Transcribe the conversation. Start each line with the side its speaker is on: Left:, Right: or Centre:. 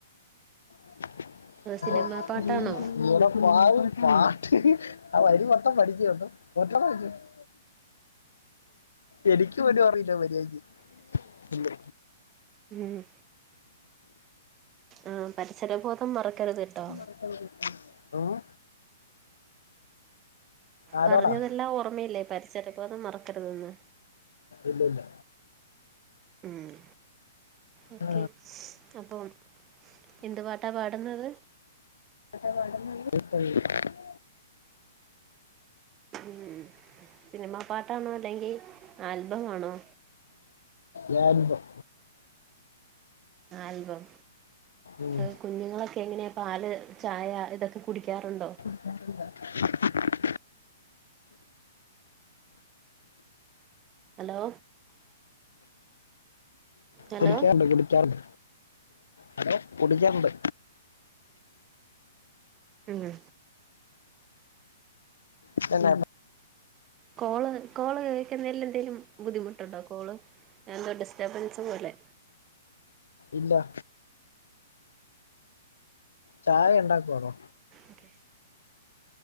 Left: <unintelligible>
Right: സിനിമ പാട്ടാണോ
Left: പാ പാട്ട് ആ വരി മൊത്തം പഠിക്കുവാ <unintelligible> എനിക്ക് പോലും അറിയില്ല മര്യായക്ക് പിന്നെ
Right: ഉം ആഹ് പരിസരബോധം മറക്കരുത്ട്ടോ
Left: <unintelligible> ഏഹ് ആരോടാ
Right: പറഞ്ഞതെല്ലാം ഓർമ്മയില്ലേ പരിസരബോധം മറക്കരുതെന്ന്
Left: ഇല്ല ഇല്ല
Right: മ്മ് ഓക്കെ
Left: ആ,
Right: അപ്പം എന്ത് പാട്ടാ പാടുന്നത്
Left: <unintelligible>
Right: മ്മ് സിനിമാ പാട്ടാണോ അല്ലെങ്കി ആൽബമാണോ
Left: യാൽബം
Right: ആൽബം
Left: ഉം.
Right: അത് കുഞ്ഞുങ്ങളക്കെങ്ങനെയാ പാല് ചായ ഇതൊക്കെ കുടിക്കാറുണ്ടോ?
Left: <unintelligible>
Right: ഹലോ ഹലോ
Left: കുടിക്കാറുണ്ട് കുടിക്കാറുണ്ട് ഹലോ കുടിക്കാറുണ്ട്
Right: മ്മ്
Left: <unintelligible>
Right: കോള് കോള് കേക്കുന്നതിലെന്തേലും ബുദ്ധിമുട്ടുണ്ടോ? കോള് എന്തോ ഡിസ്റ്റർബൻസ് പോലെ
Left: ഇല്ല ചായ ഇണ്ടാക്കുവാണോ?
Right: ഓക്കെ